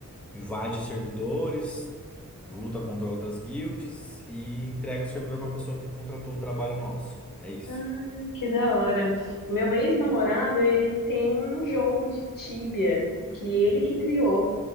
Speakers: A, in the centre; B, on the left.
A: invade servidores, luta contra outras guilds e entrega o servidor pra pessoa que contratou o trabalho nosso. É isso.
B: ah, que da hora. Meu ex-namorado, ele tem um jogo de Tibia que ele que criou.